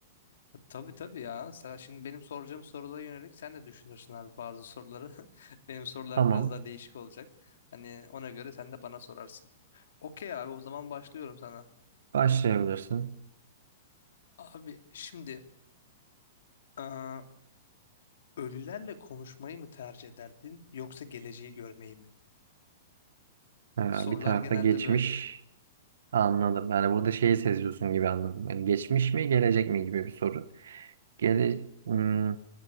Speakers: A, on the left (about 75°); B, on the right (about 85°).
A: Ha, Tabii tabii ya. Sen şimdi benim soracağım sorulara yönelik sen de düşünürsün abi bazı soruları. <laughs> Benim sorular
B: Tamam.
A: biraz daha değişik olacak. Hani ona göre sen de bana sorarsın. Okey abi o zaman başlıyorum sana.
B: Başlayabilirsin.
A: Abi şimdi aa, ölülerle konuşmayı mı tercih ederdin yoksa geleceği görmeyi mi?
B: Ee,
A: Sorular
B: bir tarafta
A: genelde
B: geçmiş
A: böyle.
B: anladım. Yani burada şeyi seziyorsun gibi anladım. Yani geçmiş mi gelecek mi gibi bir soru. Gele Hmm,